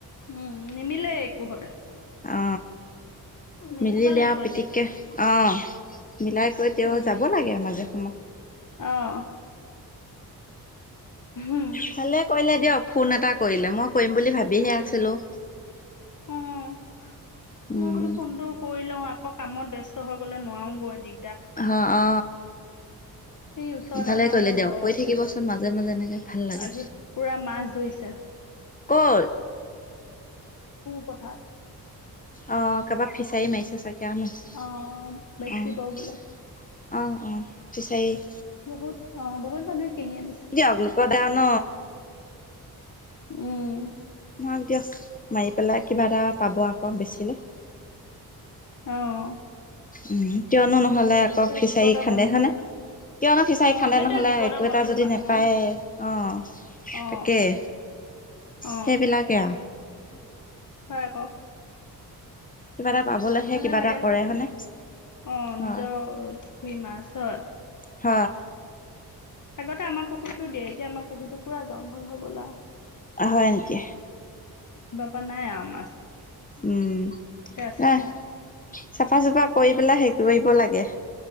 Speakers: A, on the left; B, on the left.
A: উম, নিমিলেই একোহতে
B: অ'।
A: মিলাব
B: মিলিলে
A: লাগিব
B: আৰু পিতিককে,
A: তেওঁ
B: অ। মিলাই কৰি তেও
A: উম,
B: যাব লাগে। মাজে সম
A: অ'। হুম,
B: ভালে কৰিলে দিয়ক, ফোন এটা কৰিলে, মই কৰিম বুলি ভাবিহে আছিলো।
A: অ',
B: উম
A: মই বোলো কোনটো কৰি লওঁ আকৌ কামত ব্যস্ত হৈ গ'লে নোৱাৰোগৈ দি
B: হ, অ, অ।
A: সেই ওচৰৰ
B: ভালে
A: দাদাহঁতৰ
B: কৰিলে দিয়ক
A: ঘৰ
B: কৈ থাকিবচোন
A: পোহ,
B: মাজে মাজে এনেকে ভাল লাগে
A: আজি পুৰা মাছ ধৰিছে। <inaudible>
B: ক'ল।
A: কথাত
B: অঁ কাৰোবাৰ ফিচাৰী মাৰিছে চাগে আৰুনো
A: অ বেচিব
B: অঁ।
A: বোলে
B: অ' অ' ফিছাৰি।
A: বহুত, আহ বহুত মানুহে কিনি আনিছে।
B: দিয়ক লোকৰ দা ন
A: উম।
B: মাৰক দিয়ক, মাৰি পেলাই কিবা এটা পাব আকৌ বেছিলে।
A: আহ।
B: উম কিয়নো নহলে আকৌ ফিচাৰি
A: বিপদৰ
B: খান্দে
A: বন্ধু
B: হানে কিয়নো ফিচাৰী
A: অ
B: খান্দে
A: সেইটোয়ে
B: নহ'লে
A: বিপদৰ
B: একো এটা
A: বন্ধু
B: যদি
A: মানুহ
B: নেপায়ে, অ
A: অ
B: তাকেই।
A: অ
B: সেইবিলাকে আও।
A: হয় আকৌ।
B: কিবা এটা পাবলৈহে
A: ভালে
B: কিবা
A: লাগে,
B: এটা কৰে হয়নে
A: অ
B: হয়
A: নিজৰ খুৰী মাছ হয়।
B: হ।
A: আগতে আমাৰ পুখুৰীটো দিয়ে, এতিয়া আমাৰ পুখুৰীটো পুৰা জংঘল হৈ গল আৰু।
B: হয় নেকি?
A: বাপা নাই আম
B: উম
A: আছিলে
B: ন
A: আৰু
B: চাফা-চুফা কৰি পেলাই সেই ইব লাগে